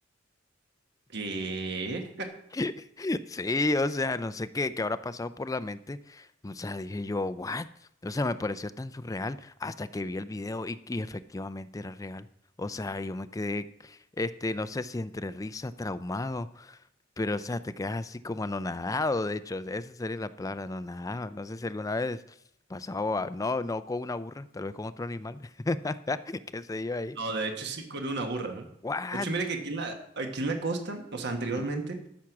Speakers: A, on the right; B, on the left.
A: ¿Qué?
B: <laughs> Sí, o sea, no sé qué, qué habrá pasado por la mente. O sea, dije yo, ¿what? O sea, me pareció tan surreal hasta que vi el video y, y efectivamente era real. O sea, yo me quedé, este, no sé si entre risa, traumado Pero, o sea, te quedas así como anonadado, de hecho, esa sería la palabra anonadado. No sé si alguna vez pasado, a- no, no con una burra, tal vez con otro animal, <laughs> qué sé yo ahí.
A: No, de hecho sí con una burra. ¿no?
B: What?
A: De hecho, mire que aquí en la, aquí en la costa, o sea, anteriormente,
B: Ujú,